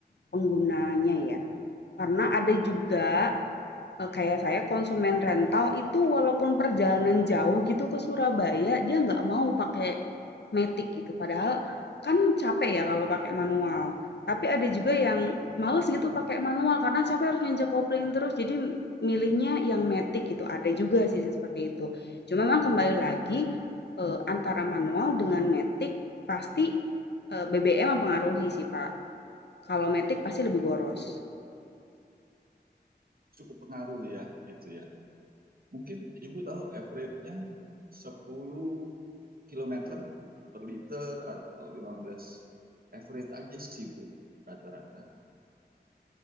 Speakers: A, on the left; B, on the right.
A: penggunanya ya. Karena ada juga Eee, kayak saya konsumen rental itu walaupun perjalanan jauh gitu ke Surabaya, dia nggak mau pakai matic gitu, padahal kan capek ya kalau pakai manual. Tapi ada juga yang males
B: Nih,
A: gitu pakai manual karena capek harus nginjek kopling terus, jadi milihnya yang matic gitu, ada juga sih seperti itu. Cuma memang kembali lagi, eee, antara manual dengan matic pasti, eee, BBM mempengaruhi sih, Pak. Kalau matic pasti lebih boros.
B: cukup cukup pengaruh ya itu ya mungkin ibu tahu average-nya sepuluh kilometer per liter atau 15 average aja sih bu rata-rata